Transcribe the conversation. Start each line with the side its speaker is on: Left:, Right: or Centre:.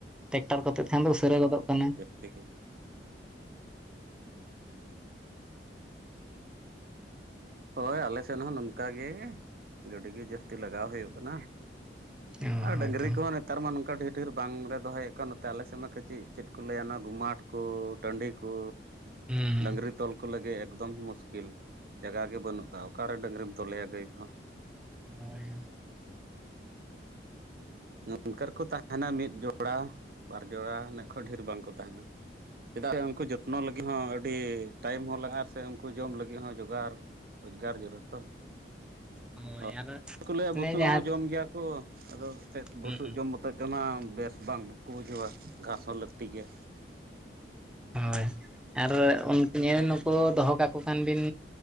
Centre: ᱴᱮᱠᱴᱟᱨ ᱠᱚᱛᱮᱫ ᱠᱷᱟᱱ ᱫᱚ ᱩᱥᱟᱹᱨᱟ ᱜᱚᱫᱚᱜ ᱠᱟᱱᱟ᱾
Right: ᱛᱮᱜ ᱦᱳᱭᱳᱜ ᱦᱳᱭ ᱟᱞᱮᱥᱱ ᱦᱚᱸ ᱱᱚᱝᱠᱟ ᱜᱮ ᱜᱟᱹᱰᱤ ᱜᱮ ᱡᱟ ᱛᱤ ᱞᱟᱜᱟᱣ ᱦᱳᱭᱳᱜ ᱠᱟᱱᱟ,
Centre: ᱚ
Right: ᱟᱨ
Centre: ᱦᱳᱭᱛᱚ
Right: ᱰᱟᱝᱨᱤ ᱠᱚᱦᱚᱸ ᱱᱮᱛᱟᱨ ᱢᱟ ᱱᱚᱝᱠᱟ ᱰᱷᱮᱨ ᱰᱷᱮᱨ ᱵᱟᱝᱞᱮ ᱫᱚᱦᱚᱭᱮᱫ ᱠᱚᱣᱟ ᱱᱚᱛᱮ ᱟᱞᱮᱥᱮᱫ ᱢᱟ ᱠᱟᱹᱪᱤᱡ ᱪᱮᱫ ᱠᱚ ᱞᱟᱹᱭᱟ ᱚᱱᱟ ᱜᱩᱢᱟᱴ ᱠᱚ ᱴᱟᱺᱰᱤ ᱠᱚ
Centre: ᱦᱩᱸ
Right: ᱰᱝᱨᱤ ᱛᱚᱞ ᱠᱚ ᱞᱟᱹᱜᱤᱫ ᱮᱠᱫᱚᱢ ᱢᱩᱥᱠᱤᱞ ᱡᱟᱜᱟ ᱵᱟᱹᱱᱩᱜ ᱠᱟᱜ-ᱟ ᱚᱠᱟᱨᱮ ᱰᱟᱹᱝᱨᱤᱢ ᱛᱚᱞᱮᱭᱟ ᱜᱟᱹᱭ ᱠᱚᱦᱚᱸ?
Centre: ᱦᱳᱭ
Right: ᱱᱚᱝᱠᱟ ᱨᱮᱠᱚ ᱛᱟᱦᱮᱸ ᱛᱟᱦᱮᱱᱟ ᱢᱤᱫ ᱡᱚᱲᱟ ᱵᱟᱨ ᱡᱚᱲᱟ ᱤᱱᱟᱹᱜ ᱠᱷᱚᱱ ᱰᱷᱮᱨ ᱵᱟᱝᱠᱚ ᱛᱟᱦᱮᱱᱟ᱾ ᱪᱮᱫᱟᱜ ᱭᱟ ᱩᱱᱠᱩ ᱡᱚᱛᱱᱚ ᱞᱟᱹᱜᱤᱫ ᱦᱚᱸ ᱟᱹᱰᱤ ᱴᱟᱭᱤᱢ ᱦᱚᱸ ᱞᱟᱜᱟᱜ-ᱟ ᱥᱮ ᱩᱱᱠᱩ ᱡᱚᱢ ᱞᱟᱹᱜᱤᱫ ᱦᱚᱸ ᱡᱚᱜᱟᱨ ᱩᱫᱜᱟᱨ ᱡᱚᱨ ᱛᱚ,
Centre: ᱦᱳᱭ
Right: ᱚ
Centre: ᱟᱨ
Right: ᱠᱚ ᱞᱟᱹᱭᱟ
Centre: ᱚᱱᱮ
Right: ᱵᱩᱥᱩᱵ
Centre: ᱡᱟᱦᱟᱸ
Right: ᱦᱚᱸ ᱡᱚᱢ ᱜᱮᱭᱟ᱾ ᱠᱚ ᱟᱫᱚ ᱮᱱᱛᱮᱫ ᱵᱩᱥᱩᱵ
Centre: ᱦᱩᱸ ᱦᱩᱸ
Right: ᱡᱚᱢ ᱢᱚᱛ ᱦᱚᱛᱚᱡ ᱛᱮ ᱢᱟ ᱵᱮᱥ ᱵᱟᱝᱠᱚ ᱵᱩᱡᱷᱟᱹᱣ-ᱟ ᱜᱷᱟᱸᱥ ᱦᱚᱸ ᱞᱟᱹᱠᱛᱤ ᱜᱮ᱾
Centre: ᱦᱳᱭ ᱟᱨ ᱩᱱᱠᱩ ᱱᱤᱭᱮ ᱫᱚᱦᱚ ᱠᱟᱠᱚ ᱠᱷᱟᱱ ᱵᱤᱱ